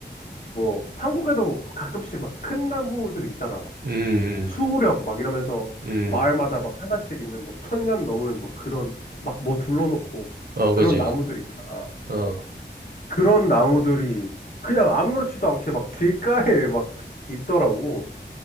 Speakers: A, on the left; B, on the right.
A: 뭐 한국에도 가끔씩 막 큰 나무들 있잖아. 막
B: 음.
A: 수호령 막 이러면서
B: 음.
A: 마을마다
B: 음.
A: 막 하나씩 있는 뭐 천년 넘은 뭐 그런 막 뭐 둘러놓고
B: 어,
A: 그런
B: 그지.
A: 나무들 있잖아.
B: 어,
A: 그런 나무들이 그냥 아무렇지도 않게 막 길가에 막 있더라고.